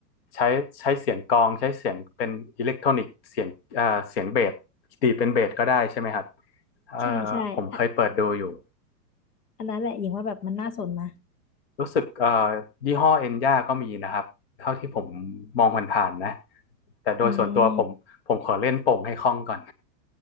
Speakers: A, on the left; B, on the left.
A: ใช้ใช้เสียงกลองใช้เสียงเป็นอิเล็กทรอนิกเสียงเอ่าเสียงเบสดีดเป็นเบสก็ได้ใช่ไหมครับเอ่อผมเคยเปิดดูอยู่
B: ใช่ใช่อะอันนั้นแหละหญิงว่าแบบมันน่าสนนะ
A: รู้สึกเอ่อยี่ห้อเอ็นย่าก็มีนะครับเท่าที่ผมมองผ่านๆนะแต่โดยส่วนตัวผมผมขอเล่นโป่งให้คล่องก่อน
B: อืม